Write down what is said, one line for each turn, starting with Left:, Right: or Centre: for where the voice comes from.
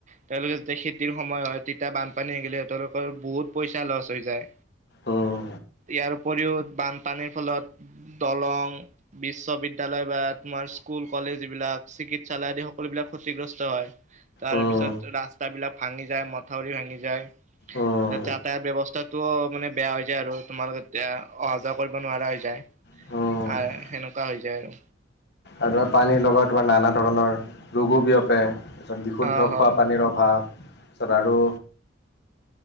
Right: তেওঁলোকে তে খেতিৰ সময় হয় তিতা বানপানী আহিলে সিঁহলোকৰ বহুত পইচা লচ হৈ যায়।
Left: উম,
Right: ইয়াৰ উপৰিও বানপানীৰ ফলত দলং, বিশ্ববিদ্যালয়, বা তোমাৰ স্কুল কলেজ, যি বিলাক চিকিৎসালয়, আদি সকলো বিলাক ক্ষতিগ্ৰস্ত হয়। তাৰ
Left: উম,
Right: পিছত ৰাস্তাবিলাক ভাঙি যায়, মথাউৰি ভাঙি যায়।
Left: উম।
Right: যাতায়াত ব্যৱস্থাতটোও মানে বেয়া হৈ আৰু তোমালোকে এতিয়া অহা যোৱা কৰিব নোৱাৰা হৈ যায়।
Left: আৰু
Right: আৰ সেনেকুৱা হৈ যায় আৰু।
Left: আৰু পানী লগত তোমাৰ নানা ধৰণৰ ৰোগো বিয়পে। পিছত বিশুদ্ধ
Right: অ
Left: খোৱাপানীৰ
Right: হয়
Left: অভাৱ, তাৰপিছত আৰু